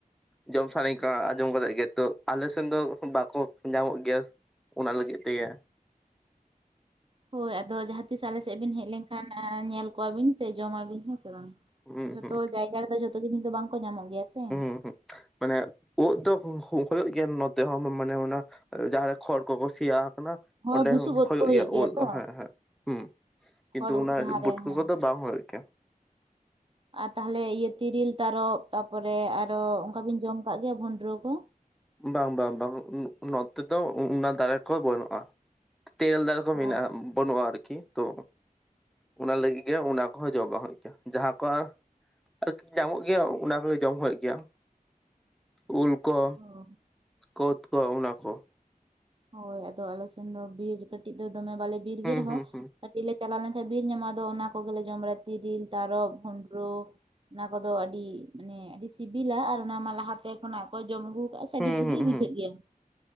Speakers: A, in the centre; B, on the right.
A: ᱡᱚᱢ ᱥᱟᱱᱟᱧ ᱠᱟᱱᱟ ᱟᱸᱡᱚᱢ ᱠᱟᱛᱮ ᱜᱮ ᱛᱚ ᱟᱞᱮ ᱥᱮᱱ ᱫᱚ ᱵᱟᱠᱚ ᱧᱟᱢᱚᱜ ᱜᱮᱭᱟ᱾ ᱚᱱᱟ ᱞᱟᱹᱜᱤᱫ ᱛᱮᱜᱮ
B: ᱦᱳᱭ ᱟᱫᱚ ᱡᱟᱦᱟᱸ ᱛᱤᱥ ᱟᱞᱮ ᱥᱮᱫ ᱵᱤᱱ ᱦᱮᱡ ᱞᱮᱱᱠᱷᱟᱱ ᱧᱮᱞ ᱠᱚᱣᱟ ᱵᱤᱱ ᱥᱮ ᱡᱚᱢᱟᱵᱤᱱ ᱦᱮᱸ ᱥᱮ ᱵᱟᱝ
A: ᱦᱩᱸ
B: ᱡᱷᱚᱛᱚ
A: ᱦᱩᱸ
B: ᱡᱟᱭᱜᱟ ᱨᱮᱫᱚ ᱡᱷᱚᱛᱚ ᱡᱤᱱᱤᱥ ᱫᱚ ᱵᱟᱝ ᱠᱚ ᱧᱟᱢᱚᱜ ᱜᱮᱭᱟ ᱥᱮ
A: <unintelligible> ᱢᱟᱱᱮ ᱩᱫ ᱫᱚ ᱦᱩᱭᱩᱜ ᱜᱮᱭᱟ ᱱᱚᱛᱮ ᱦᱚᱸ ᱢᱟᱱᱮ ᱚᱱᱟ ᱡᱟᱦᱟᱸ ᱨᱮ ᱠᱷᱚᱲ ᱠᱚᱠᱚ ᱥᱮᱭᱟ ᱟᱠᱟᱱᱟ
B: ᱦᱳᱭ
A: ᱚᱸᱰᱮ
B: ᱵᱩᱥᱩᱵ
A: ᱦᱚᱸ
B: ᱩᱫ
A: ᱦᱩᱭᱩᱜ
B: ᱠᱚ
A: ᱜᱮᱭᱟ ᱩᱫ
B: ᱛᱚ
A: ᱦᱮᱸ ᱦᱮᱸ ᱦᱩᱸ ᱠᱤᱱᱛᱩ
B: ᱠᱷᱚᱲ ᱩᱫ
A: ᱚᱱᱟ
B: ᱡᱟᱦᱟᱸ ᱨᱮ
A: ᱵᱩᱴᱠᱟᱹ
B: ᱦᱮᱸ ᱦᱮᱸ᱾
A: ᱠᱚᱫᱚ ᱵᱟᱝ ᱦᱩᱭᱩᱜ ᱜᱮᱭᱟ᱾
B: ᱟᱨ ᱛᱟᱦᱚᱞᱮ ᱤᱭᱟᱹ ᱛᱤᱨᱤᱞ ᱛᱟᱨᱚᱯ ᱛᱟᱯᱚᱨᱮ ᱟᱨᱚ ᱚᱱᱠᱟ ᱵᱤᱱ ᱡᱚᱢ ᱠᱟᱜ ᱜᱮᱭᱟ ᱵᱷᱚᱸᱰᱨᱚ ᱠᱚ?
A: ᱵᱟᱝ ᱵᱟᱝ ᱵᱟᱝ ᱱᱚᱛᱮ ᱫᱚ ᱚᱱᱟ ᱫᱟᱨᱮ ᱠᱚ ᱵᱟᱹᱱᱩᱜ-ᱟ ᱛᱮᱨᱮᱞ ᱫᱟᱨᱮ
B: ᱚ
A: ᱢᱮᱱᱟᱜᱼᱟ ᱵᱟᱹᱱᱩᱜᱼᱟ ᱟᱨᱠᱤ ᱛᱚᱼᱼ ᱚᱱᱟ ᱞᱟᱹᱜᱤᱫ ᱜᱮ ᱚᱱᱟ ᱠᱚᱦᱚᱸ ᱡᱚᱢ ᱵᱟᱝ ᱦᱩᱭᱩᱜ ᱜᱮᱭᱟ ᱡᱟᱦᱟᱸ ᱠᱚ ᱟᱨᱼᱼ ᱟᱨᱠᱤ ᱧᱟᱢᱚᱜ ᱜᱮᱭᱟ ᱚᱱᱟ ᱠᱚᱜᱮ ᱡᱚᱢ ᱦᱩᱭᱩᱜ ᱜᱮᱭᱟ ᱩᱞ ᱠᱚᱼᱼ
B: ᱚ
A: ᱠᱳᱫ ᱠᱚ ᱚᱱᱟ ᱠᱚ,
B: ᱦᱳᱭ ᱟᱫᱚ ᱟᱞᱮ ᱥᱮᱱ ᱫᱚ ᱵᱤᱨ ᱠᱟᱹᱴᱤᱡ ᱫᱚ ᱫᱚᱢᱮ ᱵᱟᱞᱮ ᱵᱤᱨ
A: ᱦᱩᱸ
B: ᱜᱮ ᱨᱮᱦᱚᱸᱼᱼ
A: ᱦᱩᱸ ᱦᱩᱸ
B: ᱠᱟᱹᱴᱤᱡ ᱞᱮ ᱪᱟᱞᱟᱣ ᱞᱮᱱᱠᱟᱱ ᱵᱤᱨ ᱧᱟᱢᱚᱜ ᱟᱫᱚ ᱚᱱᱟ ᱠᱚᱜᱮᱞᱮ ᱡᱚᱢ ᱵᱟᱲᱟ ᱛᱤᱨᱤᱞ, ᱛᱟᱨᱚᱵ, ᱵᱷᱩᱸᱰᱨᱚ, ᱚᱱᱟ ᱠᱚᱫᱚ ᱟᱹᱰᱤ ᱢᱟᱱᱮ ᱟᱹᱰᱤ ᱥᱤᱵᱤᱞᱟ ᱟᱨ ᱚᱱᱟᱢᱟ ᱞᱟᱦᱟᱛᱮ ᱠᱷᱚᱱᱟᱜ ᱚᱠᱚᱭ ᱡᱚᱢ ᱟᱹᱜᱩᱼᱼ ᱟᱹᱰᱤ
A: ᱦᱩᱸ
B: ᱵᱷᱟᱹᱜᱤ
A: ᱦᱩᱸ
B: ᱵᱩᱡᱷᱟᱹᱜ
A: ᱦᱩᱸ
B: ᱜᱮᱭᱟ